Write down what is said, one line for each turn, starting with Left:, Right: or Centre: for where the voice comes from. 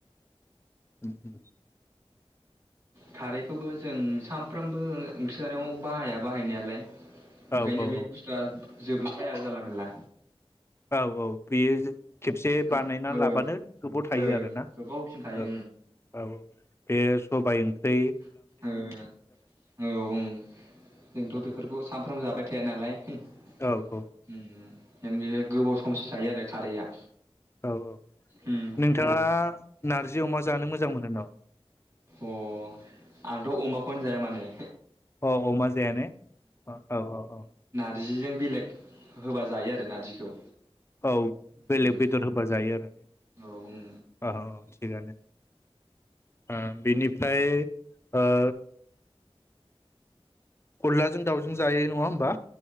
Left: उम उम।
Right: खारैखौबो जों सानफ्रामबो ओंख्रि जानायाव बाहाया बाहायनायालाय।
Left: औ
Right: ओंखायनो
Left: औ
Right: बे बुस्थुआ जोबला बाया जानला मानला।
Left: औ-औ बेयो खेबसे
Right: गोब
Left: बानायना
Right: ओं
Left: लाबानो गोबाव थायो
Right: ओं
Left: आरोना
Right: गोबावसिम थायो
Left: औ-औ-औ-औ बेयो सबाय ओंख्रै
Right: <unintelligible> औ ओं जोंथ'
Left: औ
Right: बेफोरखौ सामफ्रामबो जाबाय थाया नालाय <unintelligible>
Left: औ औ
Right: <unintelligible> गोबाव समसिम थायो आरो खारैया।
Left: औ-औ
Right: उम
Left: नोंथाङा नारजि अमा जानो मोजां मोनो नामा?
Right: अ आंथ' अमाखौनो जाया माने।
Left: औ अमा जाया ने औ-औ-औ।
Right: जिजों बेलेग होबा जायो आरो नारजिखौ।
Left: औ
Right: उम
Left: बेलेग बेदर होबा जायो आरो ने
Right: औ उम
Left: औ-औ। <unintelligible> बेनिफ्राय ओ अनलाजों दाउजों जायो नङा होमबा।